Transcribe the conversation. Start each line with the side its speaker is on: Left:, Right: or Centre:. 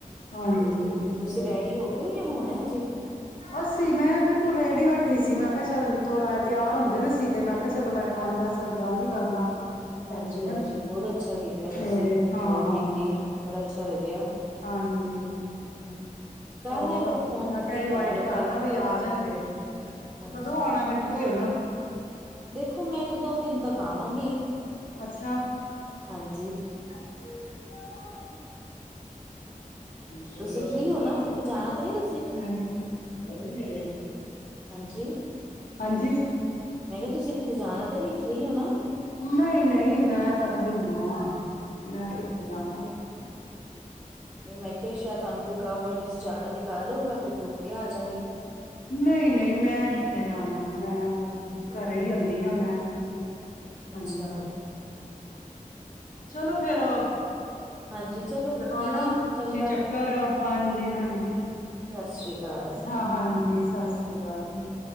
Left: ਹਾਂਜੀ
Right: ਤੁਸੀਂ ਰੈਡੀ ਹੋ ਗਏ ਹੋ ਜਾਂ ਹੋਣ ਐ ਜੀ।
Left: ਅਸੀਂ ਮੈਂ ਬਿਲਕੁਲ ਰੈਡੀ ਬੈਠੀ ਸੀ ਮੈਂ ਕਿਹਾ ਚੱਲ ਥੋੜ੍ਹਾ ਇਹ ਤਿਆਰ ਹੁੰਦੇ ਵੀ ਸੀ, ਤੇ ਮੈਂ ਕਿਹਾ ਚਲੋ ਮੈਂ ਪੰਜ ਦਸ ਮਿੰਟ ਗੱਲ ਹੀ ਕਰਲਾ। ਭੈਣ
Right: ਹਾਂਜੀ-ਹਾਂਜੀ
Left: ਜੀ ਨਾਲ
Right: ਬਹੁਤ ਅੱਛਾ ਕੀਤਾ, ਤੁਸੀਂ
Left: ਤੇ ਹਾਂ
Right: ਗੱਲ ਕੀਤੀ। ਬੜਾ ਅੱਛਾ ਲੱਗਿਆ।
Left: ਹਾਂਜੀ
Right: ਹਮ ਕਰ
Left: ਹੋਰ
Right: ਲਿਆ ਕਰੋ ਫੋਨ
Left: ਮੈਂ ਕਿਹਾ
Right: ਫ੍ਰਰੀ
Left: ਇਨਵਾਈਟ
Right: ਹੁੰਦੇ ਹੋ
Left: ਕਰਦਾ
Right: ਤੇ
Left: ਬਈ ਆ ਜਾਣਗੇ,
Right: ਹਾਂਜੀ
Left: ਕਦੋਂ ਆਉਣਾ
Right: ਕੋਈ
Left: ਫਿਰ ਤੁਸੀਂ ਹੁਣ
Right: ਦੇਖੋ ਮੈਂ ਇੱਕ ਦੋ ਦਿਨ ਤੱਕ ਆਵਾਂਗੀ,
Left: ਅੱਛਾ
Right: ਹਾਂਜੀ।
Left: <unintelligible> ਚੰਗਾ
Right: ਤੁਸੀਂ ਫ੍ਰਰੀ
Left: ਸੂਟ
Right: ਹੋ
Left: ਪਾ
Right: ਨਾ
Left: ਲੈਂਦੀ
Right: ਕਿਤੇ ਜਾਣਾ ਤੇ ਨੀ ਤੁਸੀਂ
Left: ਹੈ ਨੀ, ਹੋਰ ਨੀ ਹੈਗੇ।
Right: ਹਾਂਜੀ।
Left: ਹਾਂਜੀ।
Right: ਮੈਂ ਕਿਹਾ ਤੁਸੀਂ ਕਿਤੇ ਜਾਣਾ ਤੇ ਨੀ ਫ੍ਰਰੀ ਹੋ ਨਾ
Left: ਨਹੀਂ-ਨਹੀਂ ਮੈਂ ਤਾਂ ਫਰੀ ਆਂ। ਮੈਂ ਕਿੱਥੇ ਜਾਣਾ ਏ।
Right: ਨਹੀਂ ਮੈਂ ਕਿਹਾ ਸ਼ਾਇਦ ਤੁਹਾਨੂੰ ਕੋਈ ਕੰਮ ਹੋਏ ਤੁਸੀਂ ਜਾਣਾ ਤੇ ਕਰ ਲਓ ਮੈਂ ਫਿਰ ਰੁਕ ਕੇ ਆਜਾਂਗੀ।
Left: ਨਹੀਂ, ਨਹੀਂ ਮੈਂ ਕਿੱਥੇ ਜਾਣਾ ਮੈਂ
Right: ਅੱਛਾ ਅੱਛਾ
Left: ਘਰੇ ਹੀ ਹੁੰਦੀ ਹਾਂ ਮੈਂ
Right: ਅੱਛਾ,
Left: ਹਾਂਜੀ ਚਲੋ ਫੇਰ ਉਹ
Right: ਹਾਂਜੀ ਚਲੋ
Left: ਲਗਾਣਾ
Right: ਠੀਕ ਹੈ ਚੰਗਾ
Left: ਤੁਸੀਂ ਚੱਕਰ ਆ ਹਾਂਜੀ- ਹਾਂਜੀ-ਹਾਂਜੀ,
Right: ਸਤਿ ਸ੍ਰੀ ਅਕਾਲ
Left: ਹਾਂ ਹਾਂਜੀ। ਸਤਿ ਸ਼੍ਰੀ ਅਕਾਲ ਜੀ।